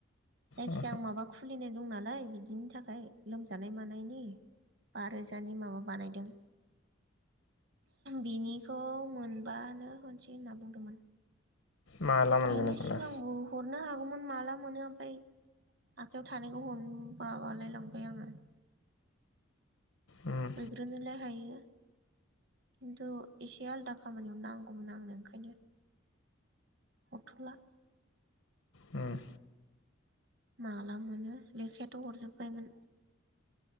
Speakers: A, on the right; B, on the left.
A: जायखिजाया
B: उम
A: आं माबा खुलिनाय दं नालाय बिदिनि थाखाय लोमजानाय मानायनि। बा रोजानि माबा बानायदों। बिनिखौ मोनबानो होनसै होनना बुंदोंमोन।
B: माला मोनगोन
A: बिनि
B: बेखौलाय
A: सिगांबो हरनो हागौमोन माला मोनो ओमफ्राय आखायाव थानायखौ हरनो बाबालाय लांबाय आङो।
B: उम
A: हैग्रोनोलाय हायो। खिन्थु एसे आलदा खामानियाव नांगौमोन आंनो ओंखायनो हरथ'ला
B: उम
A: माला मोनो लेखायाथ' हरजोब्बायमोन।